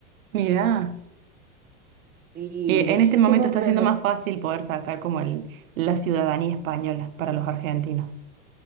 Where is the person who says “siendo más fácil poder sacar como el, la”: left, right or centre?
Right